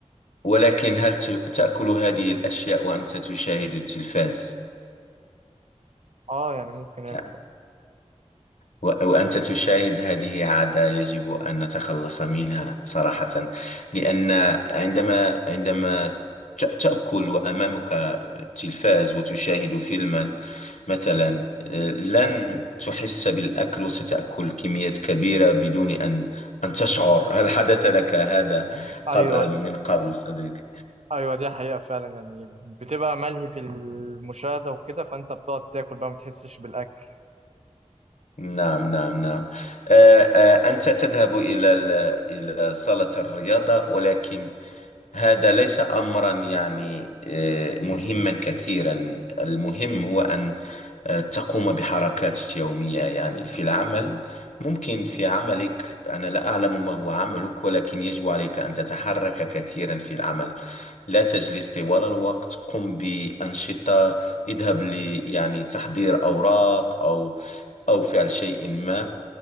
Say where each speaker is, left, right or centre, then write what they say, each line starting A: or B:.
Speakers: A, on the left; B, on the right.
A: ولكن هل ت- تأكل هذه الأشياء وأنت تشاهد التلفاز
B: اه يعني ممكن اكل
A: يعني و- وأنت تشاهد هذه عادة يجب أن نتخلص منها صراحة لأن عندما عندما ت- تأكل وأمامك التلفاز وتشاهد فيلما مثلا آه، لن تحس بالأكل وستأكل كميات كبيرة بدون أن أن تشعر هل حدث لك هذا
B: ايوه
A: قبل من قبل صديقي
B: ايوه دي حقيقه فعلا يعني بتبقى ملهي في المشاهده وكده فانت بتقعد تاكل بقى ما تحسش بالاكل
A: نعم نعم نعم آه، آه، أنت تذهب إلى ال- إلى صالة الرياضة ولكن هذا ليس أمرا يعني آه، مهما كثيرا المهم هو أن آه، تقوم بحركات يومية يعني في العمل ممكن في عملك أنا لا أعلم ما هو عملك ولكن يجب عليك أن تتحرك كثيرا في العمل لا تجلس طوال الوقت قم بأنشطة اذهب ل يعني تحضير أوراق أو أو فعل شيء ما